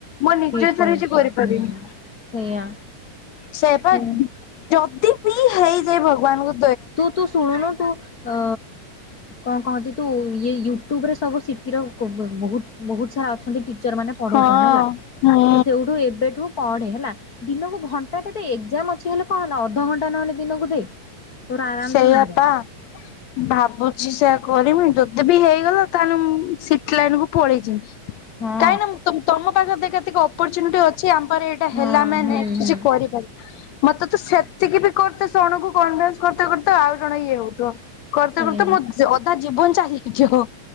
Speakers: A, on the left; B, on the left.
A: ମୁଁ ନିଜେଥରେ
B: ଠିକ କହିଛୁ
A: କିଛି କରିପାରିନି।
B: ହୁଁ ସେଇଆ
A: ସେୟା ପା
B: ସେଇଆ।
A: ଯଦି ବିି ହେଇଯାଏ ଭଗବାନଙ୍କୁ
B: ତୁ-ତୁ ଶୁଣୁନ ତୁ ଅ କଣ କହନ୍ତି ତୁ ୟେ ୟୁଟ୍ୟୁବ ରେ ସବୁ ସିଖିଦବୁ ବହୁତ-ବହୁତ ସାରା ଅଛନ୍ତି ଟି ଟିଚର ମାନେ ପଢଉଛନ୍ତି
A: ହଁ
B: ହେଲା।
A: ହୁଁ
B: ତୁ ସେଇଠୁ ଏବେଠୁ ପଢେ, ହେଲା ଦିନକୁ ଘଣ୍ଟାଟେ ତ ଏକ୍ଜାମ ଅଛି ହେଲେ କଣ ହେଲା? ଅ ଅଧଘଣ୍ଟା ନହେଲେ ଦିନକୁ ଦେ। ତୋର ଆରାମସେ
A: ସେଇଆା
B: ହେଇଯିବ
A: ପା ଭାବୁଛି ସେଆ କରିବି ଯଦି ବି ହେଇଗଲା, ତାହେଲେ ମୁଁ ସିଟି ଲାଇନ କୁ ପଳେଇ ଯିବି।
B: ହଁ।
A: କାହିଁକିନା ତ ତମ ପାଖରେ ଦେଖେ ଏତିକି ଅପରଚ୍ୟୁନିଟି ଅଛି ଆମ ପାଖରେ ଏଇଟା
B: ହଁ
A: ହେଲେ ଆମେ
B: ହୁଁ
A: ନେକ୍ସଟ୍ କିଛି
B: ହୁଁ
A: କରି ପାରିବୁ। ମତେ ତ ସେତିକି ବି କରତେ ଜଣକୁ କନଭେନ୍ସ କରୁ-କରୁ ଆଉ ଜଣ ଇଏ ହଉଥିବ। କରୁ-କରୁ
B: ସେଇ
A: ମୋ ଅଧା ଜୀବନ ଚାଲି ଯାଇଥିବ।